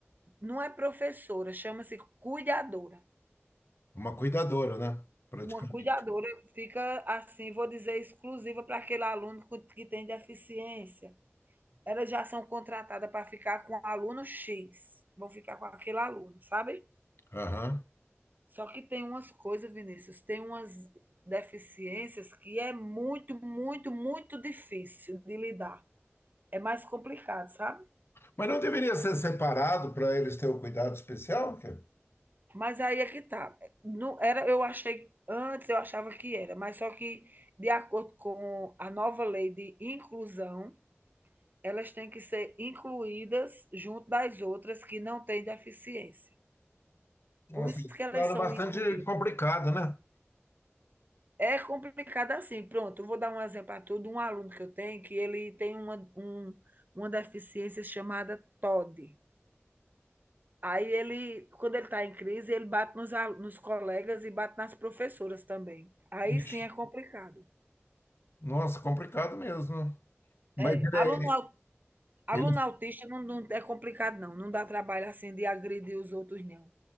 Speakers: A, on the right; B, on the left.
A: Não é professora, chama-se cuidadora.
B: Uma cuidadora, né? Praticamente.
A: Uma cuidadora fica, assim, vou dizer, exclusiva para aquele aluno com- que tem deficiência. elas já são contratadas para ficar com aluno X, vão ficar com aquele aluno, sabe?
B: Aham.
A: Só que tem umas coisas, Vinícius, tem umas deficiências que é muito, muito, muito difícil de lidar. É mais complicado, sabe?
B: Mas não deveria ser separado para eles terem o cuidado especial? cara?
A: Mas aí é que tá. Não era, eu achei antes eu achava que era, mas só que de acordo com a nova lei de inclusão, elas têm que ser incluídas junto das outras que não têm deficiência.
B: Nossa,
A: Por isso
B: isso
A: que elas
B: era
A: são
B: bastante
A: incluídas.
B: complicado, né?
A: É complicado assim. Pronto, eu vou dar um exemplo a tudo. Um aluno que eu tenho, que ele tem uma, um, uma deficiência chamada TOD. Aí ele, quando ele está em crise, ele bate nos, alu- nos colegas e bate nas professoras também. Aí
B: Ixi.
A: sim é complicado.
B: Nossa, complicado mesmo. Mas
A: É, aluno,
B: ele,
A: au-
B: é,
A: aluno
B: ele...
A: autista não, não é complicado, não. Não dá trabalho assim de agredir os outros, não.